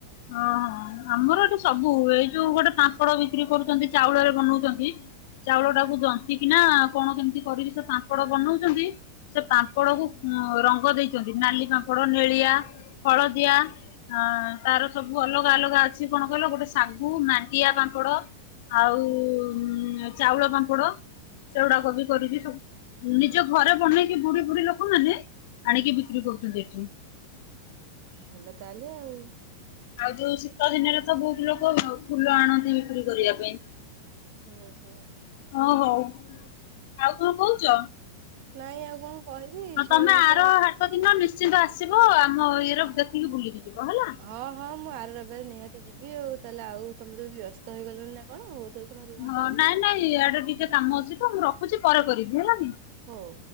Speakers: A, on the left; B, on the right.
A: ହଁ ହଁ ଆମର ଏଠି ସବୁ ହୁଏ। ଯୋଉ ଗୋଟେ ପାମ୍ପଡ ବିକ୍ରି କରୁଛନ୍ତି। ଚାଉଳରେ ବନଉଛନ୍ତି। ଚାଉଳ ଟାକୁ ଦନ୍ତି କିି ନା କଣ କେମିତି କରିକି ସେ ପାପଡ ବନଉଛନ୍ତି। ସେ ପାମ୍ପଡ଼କୁ ରଙ୍ଗ ଦେଇଛନ୍ତି ନାଲି ପାମ୍ପଡ଼ ନେଳିଆ ହଳଦିଆ। ହଁ ତାର ସବୁ ଅଲଗା ଅଲଗା ଅଛି କଣ କହିଲ ଗୋଟେ ଶାଗୁ ମାଣ୍ଟିଆ ପାମ୍ପଡ। ଆଉ ଚାଉଳ ପାମ୍ପଡ। ସେଗୁଡାକ ବି କରିକି ସବୁ ନିଜ ଘରେ ବନେଇକି ବୁଢୀ ବୁଢୀ ଲୋକମାନୋନେ ଆଣିକି। କିିକ କରୁଛନ୍ତି ଏଠି।
B: ଭଲ ତାହଲେ ଆଉ।
A: ଆଉ ଯୋଉ ଶୀତ ଦିନରେ ତ ବହୁତ ଲୋକ ଫୁଲ ଆଣନ୍ତି ବିକ୍ରି କରିବା ପାଇଁ।
B: ହୁଁ ହୁଁ।
A: ହଉ ହଉ ଆଉ କଣ କହୁଚ୍ଛ।,
B: ନାଇଁ ଆଉ କଣ। କହିବି
A: ହଁ
B: ଶୁଣିଲି
A: ତମେ ଆର
B: ତ
A: ହାଟ ଦିନ ନିଶ୍ଚିନ୍ତ ଆସିବ ଆମ ଇଏ ର ଦେଖିକି ବୁଲିକି ଯିବ ହେଲା।
B: ହଁ-ହଁ ମୁଁ ଆର ରବିବାର ନିହାତି ଯିବି ଆଉ ତାହେଲେ ଆଉ ତମେ ତ ବ୍ୟସ୍ତ ହେଇଗଲଣି ନା କଣ ଆଉ, ତାହେଲେ ତମେ ରୁହ
A: ହଁ
B: ତାହେଲେ
A: ନାଇଁ-ନାଇଁ ଇଆଡ଼େ ଟିକେ କାମ ଅଛି ତ ମୁଁ ରଖୁଛି ପରେ କରିବି ହେଲାନି?
B: ହଉ,